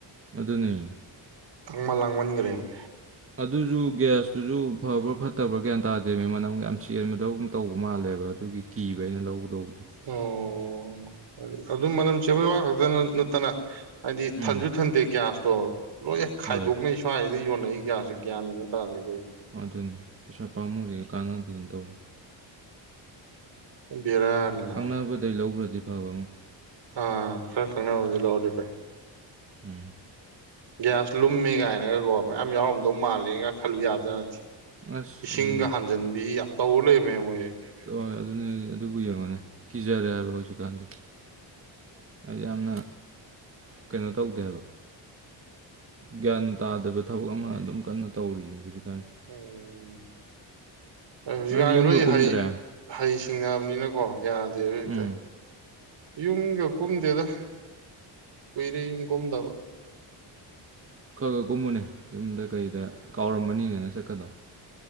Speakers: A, on the right; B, on the right.
A: ꯑꯗꯨꯅꯤ
B: ꯇꯥꯡꯃꯟ ꯂꯥꯡꯃꯟꯒꯔꯦꯃꯤ
A: ꯑꯗꯨꯁꯨ ꯒ꯭ꯌꯥꯁꯇꯨꯖꯁꯨ ꯐꯕ꯭ꯔꯥ ꯐꯠꯇꯕ꯭ꯔꯥ ꯒꯌꯥꯟ ꯇꯥꯗꯦꯃꯤ ꯃꯅꯝ ꯌꯥꯝ ꯆꯦꯟꯕꯗꯧ ꯇꯧꯕ ꯃꯥꯜꯂꯦ ꯅꯦꯕ ꯑꯗꯨꯒꯤ ꯀꯤꯕ ꯑꯩꯅ ꯂꯧꯒꯗꯧꯕꯗꯨ
B: ꯑꯣ ꯑꯗꯨꯝ ꯃꯅꯝ ꯆꯦꯄꯩ ꯋꯥ ꯈꯛꯇꯅ ꯅꯠꯇꯅ ꯍꯥꯏꯗꯤ
A: ꯎꯝ
B: ꯊꯟꯁꯨ ꯊꯟꯗꯦ ꯒ꯭ꯌꯥꯁꯇꯣ ꯂꯣꯏ ꯈꯥꯏꯗꯣꯛꯅꯩ
A: ꯍꯣꯏ
B: ꯁ꯭ꯋꯥꯏꯁꯤꯗ ꯌꯣꯟꯅꯩ ꯒꯦꯁ ꯁꯤ ꯒꯦꯜ ꯃꯦꯜ ꯑꯃꯇꯥ ꯇꯥꯗꯦ ꯑꯩꯈꯣꯏꯁꯨ
A: ꯑꯗꯨꯅꯤ ꯄꯩꯁꯥ ꯄꯥꯝꯃꯨꯔꯦ ꯀꯥꯟꯅꯗꯦꯅ ꯇꯧꯅꯤ
B: ꯕꯦꯔꯥꯅꯤꯅ
A: ꯈꯪꯅꯕꯗꯩ ꯂꯧꯈ꯭ꯔꯗꯤ ꯐꯕ ꯑꯃꯣ
B: ꯑꯥ ꯈꯔ ꯈꯪꯅꯕꯗꯤ ꯂꯥꯛꯑꯣꯗꯤ ꯐꯩ
A: ꯎꯝ
B: ꯒ꯭ꯌꯥꯁ ꯂꯨꯝꯃꯦ ꯀꯥꯏꯅꯒꯀꯣ ꯃꯌꯥꯝ ꯌꯥꯎꯔꯝꯗꯧ ꯃꯥꯜꯂꯒ ꯈꯜꯂꯨ ꯌꯥꯕꯖꯥ ꯅꯠꯇꯦ
A: ꯑꯁ
B: ꯏꯁꯤꯡꯒ
A: ꯑꯗꯨꯅꯤ
B: ꯍꯥꯟꯖꯟꯕꯤ ꯌꯥꯝ ꯇꯧꯔ ꯂꯩꯔꯝꯃꯦ ꯃꯣꯏꯦ
A: ꯍ ꯑꯗꯨꯅꯤ ꯑꯗꯨꯕꯨ ꯌꯦꯡꯉꯣꯅꯦ ꯀꯤꯖꯔꯦ ꯍꯥꯏꯕ ꯍꯧꯖꯤꯛꯀꯥꯟꯁꯤ ꯌꯥꯝꯅ ꯀꯩꯅꯣ ꯇꯧꯗꯦꯕ ꯒ꯭ꯌꯥꯟ ꯇꯥꯗꯕ ꯊꯕꯛ ꯑꯃ ꯑꯗꯨꯝ ꯀꯟꯅ ꯇꯧꯔꯤ ꯍꯧꯖꯤꯛ
B: ꯎꯝꯝ ꯍꯣꯏ ꯍꯧꯖꯤꯛꯀꯥꯟꯗꯤ
A: ꯅꯪꯗꯤ ꯌꯨꯝꯒ
B: ꯂꯣꯏ
A: ꯀꯨꯝꯗ꯭ꯔꯦ
B: ꯍꯩ ꯍꯩ ꯁꯤꯡꯅꯕꯅꯤꯅꯀꯣ ꯌꯥꯗꯦ ꯕꯥ ꯍꯦꯛꯇ
A: ꯎꯝ
B: ꯌꯨꯝꯒ ꯀꯨꯝꯗꯦꯗ ꯀꯨꯏꯔꯦ ꯌꯨꯝ ꯀꯨꯝꯗꯕ
A: ꯈ ꯈ ꯀꯨꯝꯃꯨꯅꯦ ꯌꯨꯝꯗ ꯀꯩꯗ ꯀꯥꯎꯔꯃꯅꯤꯅꯦꯅ ꯁꯛꯀꯗꯣ